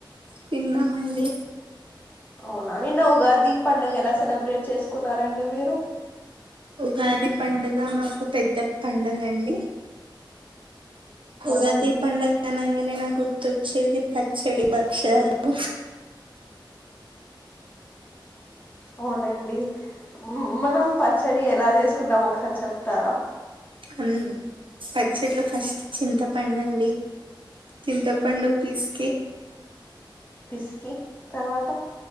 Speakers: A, on the right; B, on the left.
A: తిన్నామండి
B: అవునా నిన్న ఉగాది పడుగ ఎలా సెలబ్రేట్ చేసుకున్నారండి మీరు
A: ఉగాది పండుగ మాకు పెద్ద పండుగ అండి. ఉగాది
B: అవునా అండి
A: ఈ పండగ అనంగానే నాకు తుచ్చిది పచ్చడి భక్షాలు అ
B: అవునండి మనం పచ్చడి ఎలా చేసుకుంటాం ఒకసారి చెప్తారా
A: అ పచ్చట్లో ఫస్ట్ చింతపందండి చింతప్పండు పీస్కి
B: పిస్కి తర్వాత